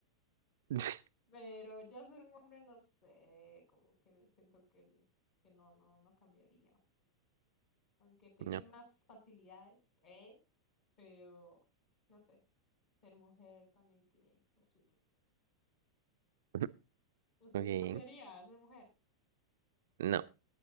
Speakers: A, on the right (about 60°); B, on the left (about 45°).
A: <laughs>
B: Pero ya ser un hombre, no sé, como que siento que, li- que no, no, no cambiaría. Aunque tener
A: No.
B: más facilidades, ¿eh? Pero, no sé, ser mujer también tiene lo suyo.
A: <laughs>
B: ¿Usted
A: Ok.
B: se cambiaría a ser mujer?
A: No.